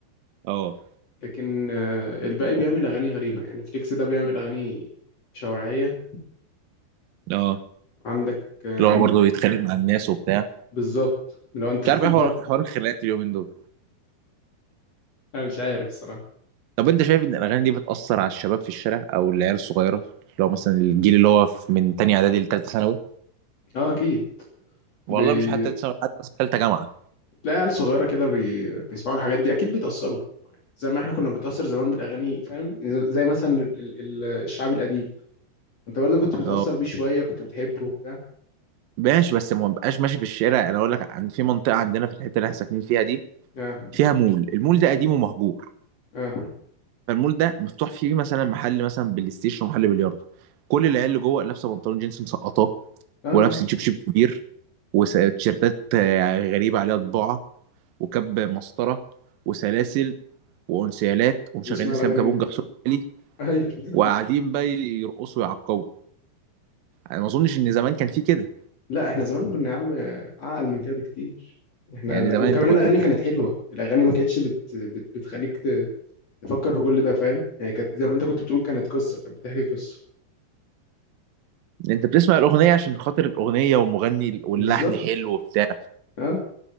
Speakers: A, on the right (about 65°); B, on the left (about 40°).
A: اه
B: لكن آه، الباقي بيعمل اغاني غريبه يعني فليكس ده بيعمل اغاني شوارعيه
A: اه
B: عندك آه،
A: اللي
B: مين
A: هو برضه
B: تاني
A: يتخانق مع الناس وبتاع
B: بالظبط لو انت
A: مش
B: <laughs>
A: عارف ايه حوار
B: برضه
A: حوار الخناقات اليومين دول
B: انا مش عارف الصراحه
A: طب انت شايف ان الاغاني دي بتاثر على الشباب في الشارع او العيال الصغيره اللي هو مثلا الجيل اللي هو في- من تانية اعدادي لتالتة ثانوي
B: اه اكيد
A: والله
B: بي...
A: مش حتى تالتة ثانوي حتى مثلا تالتة جامعه
B: تلاقي عيال صغيره كده بي... بيسمعوا الحاجات دي اكيد بيتاثروا زي ما احنا كنا بنتاثر زمان بالاغاني فاهم زي مثلا ال... ال... الشعب القديم انت برضه كنت بتأثر
A: اه
B: بيه شوية كنت بتحبه وبتاع
A: ماشي بس ما بقاش ماشي في الشارع انا اقول لك عن في منطقه عندنا في الحته اللي احنا ساكنين فيها دي
B: اه
A: فيها مول المول ده قديم ومهجور
B: اه
A: فالمول ده مفتوح فيه مثلا محل مثلا بلاي ستيشن ومحل بلياردو كل العيال اللي جوه لابسه بنطلون جينز مسقطاه
B: اه
A: ولابسه جيب
B: آه.
A: شيب كبير وتيشيرتات آه، غريبه عليها طباعه وكاب مسطره وسلاسل وانسيالات ومشغلين
B: واسمع
A: اسلام
B: الأغاني
A: كابونجا
B: دي
A: بصوت عالي
B: <laughs> ايوه
A: وقاعدين بقى يرقصوا ويعقبوا انا ما اظنش ان زمان كان في كده
B: لا احنا زمان كنا يا عم اعقل من كده بكتير احنا
A: يعني زمان
B: وكمان
A: انت كنت
B: الأغاني كانت حلوة الأغاني ما كانتش بت... بت... بتخليك ت... تفكر في كل ده فاهم يعني كانت زي ما انت كنت بتقول كانت قصة كانت بتحكي قصة
A: انت بتسمع الاغنيه عشان خاطر الاغنيه والمغني واللحن
B: بالظبط
A: حلو وبتاع
B: اه